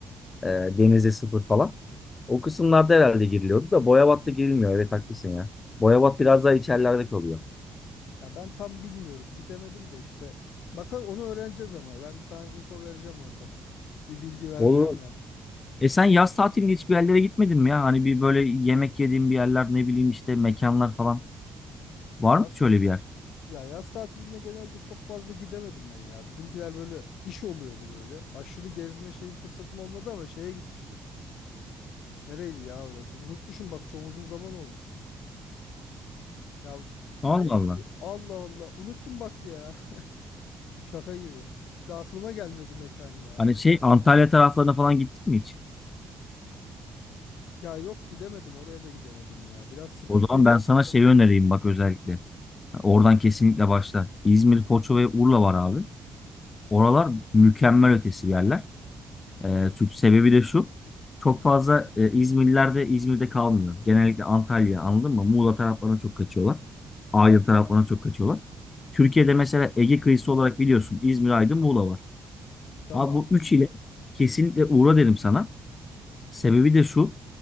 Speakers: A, on the left; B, on the left.
A: E, denize sıfır falan. O kısımlarda herhalde giriliyordu da Boyabat'ta girilmiyor. Evet haklısın ya. Boyabat biraz daha içerilerde kalıyor.
B: Ya ben tam bilmiyorum. Gidemedim de işte. Bakın onu öğreneceğiz ama. Ben sana info vereceğim orada. <laughs> Bir bilgi vereceğim
A: Olur.
B: ya.
A: E sen yaz tatilinde hiçbir yerlere gitmedin mi ya? Hani bir böyle yemek yediğin bir yerler ne bileyim işte mekanlar falan. Var
B: Yaz,
A: mı hiç öyle bir yer?
B: ya yaz tatiline genelde çok fazla gidemedim ben ya. Bizimkiler böyle iş oluyordu böyle. Aşırı gezme şeyin fırsatım olmadı ama şeye gitmiştim. Nereydi ya orası? Unutmuşum bak çok uzun zaman olmuş. Ya
A: Allah
B: nereydi?
A: Allah.
B: Allah Allah. Unuttum bak ya. <laughs> Şaka gibi. Şimdi aklıma gelmedi mekan ya.
A: Hani şey Antalya taraflarına falan gittin mi hiç?
B: Ya yok gidemedim oraya da gidemedim ya. Biraz sıkıntıydı.
A: O zaman ben sana şeyi önereyim bak özellikle. Oradan kesinlikle başla. İzmir, Foça ve Urla var abi. Oralar mükemmel ötesi yerler. Ee, çünkü sebebi de şu. Çok fazla e, İzmirliler de İzmir'de kalmıyor. Genellikle Antalya anladın mı? Muğla taraflarına çok kaçıyorlar. Aydın taraflarına çok kaçıyorlar. Türkiye'de mesela Ege kıyısı olarak biliyorsun İzmir, Aydın, Muğla var.
B: Tamam.
A: Abi bu üç ile kesinlikle uğra derim sana. Sebebi de şu.